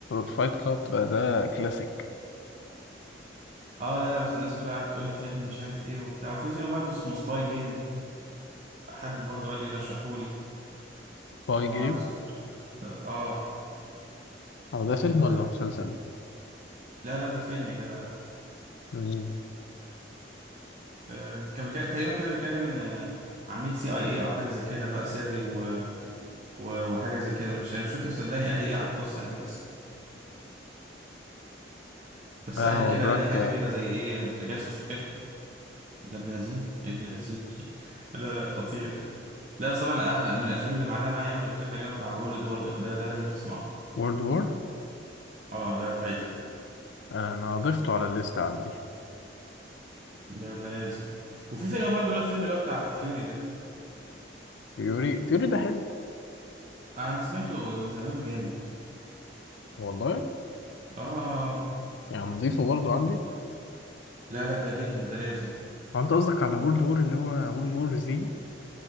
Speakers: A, on the left (about 75°); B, on the right (about 40°).
A: فايت كلاب ده كلاسيك
B: اه لا لا بس الناس كلها قعدت تقول لي فيلم مش عارف ايه وبتاع وفي فيلم برضه اسمه سباي جيم حد برضه قال لي رشحولي
A: باي
B: ما
A: جيم
B: سمعتش حد اه
A: هو ده فيلم
B: آه،
A: ولا مسلسل؟
B: لا لا ده فيلم يا جدع لا
A: مم.
B: آه، كان بيك- تقريبا كده بيتكلم ان آه، عميل سي اي اي او حاجه زي كده بقى سري و... و... وحاجه زي كده مش انا مش فاكر صدقني قال لي ايه على القصه يعني بس بس
A: لا
B: قال
A: هو
B: لي كده
A: براد
B: قال لي حاجه كده زي ايه تجسس وكده ده ابن لذين ابن لذين <laughs> لا لا خطير لا بس طبعا أه- من الافلام اللي معلقه معايا قوي اللي قلت لك عليه هو بتاع وورلد وور ده ده ده لازم تسمعه
A: وورلد وور
B: اه ده فايتك
A: انا ضفته على الليست عندي
B: ده ده لازم وفي فيلم برضه اللي هو الفيلم اللي هو بتاع فيوري ده
A: فيوري فيوري ده حلو
B: انا سمعته من زمان جامد
A: والله
B: اه
A: يعني نضيفه برضه عندي
B: لا لا ده جدا ده لازم
A: هو انت قصدك على وورلد وور اللي هو وورلد وور زي